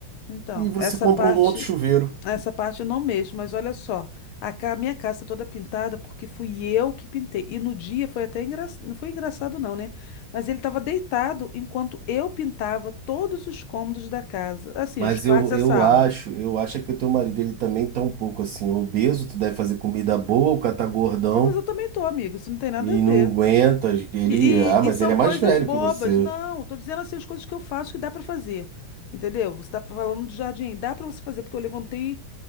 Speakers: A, on the left; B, on the right.
A: Então,
B: e você
A: essa
B: compra
A: parte,
B: um outro chuveiro.
A: essa parte eu não mexo, mas olha só. A ca- minha casa tá toda pintada porque fui eu que pintei. E no dia foi até engraçado. Não foi engraçado, não, né? Mas ele estava deitado enquanto eu pintava todos os cômodos da casa. Assim,
B: Mas
A: os quartos
B: eu,
A: e
B: eu
A: a sala.
B: acho, eu acho que o teu marido ele também tá um pouco assim obeso, tu deve fazer comida boa, o cara tá gordão
A: Não, mas eu também tô, amigo. Isso não tem nada
B: e
A: a ver.
B: não aguenta. Ele,
A: E,
B: ah,
A: e-
B: mas
A: e são
B: ele é
A: coisas
B: mais velho
A: bobas.
B: que você.
A: Não, tô dizendo assim as coisas que eu faço que dá pra fazer. Entendeu? Você tá falando de jardim, dá pra você fazer, porque eu levantei